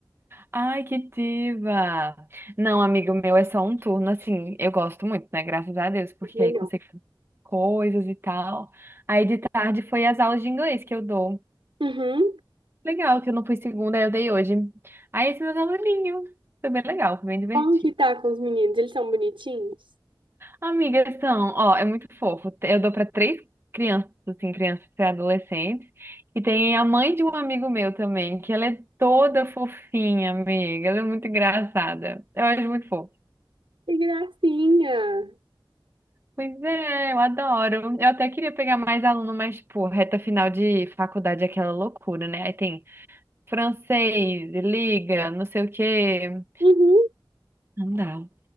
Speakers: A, on the right (about 25°); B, on the right (about 75°).
A: Ai, que diva! Não, amigo meu, é só um turno, assim, eu gosto muito, né? Graças a Deus, porque
B: Melhor.
A: aí consigo fazer coisas e tal. Aí de tarde foi as aulas de inglês que eu dou.
B: Uhum.
A: Legal, que eu não fui segunda, aí eu dei hoje. Aí esse meus aluninhos. Foi bem legal, foi bem divertido.
B: Como que tá com os meninos? Eles são bonitinhos?
A: Amigas são, ó, é muito fofo. Eu dou pra três crianças, assim, crianças e adolescentes. E tem a mãe de um amigo meu também, que ela é toda fofinha, amiga. Ela é muito engraçada. Eu acho muito fofo.
B: Que gracinha!
A: Pois é, eu adoro. Eu até queria pegar mais aluno, mas, tipo, reta final de faculdade é aquela loucura, né? Aí tem francês, liga, não sei o quê.
B: Uhum.
A: Não dá.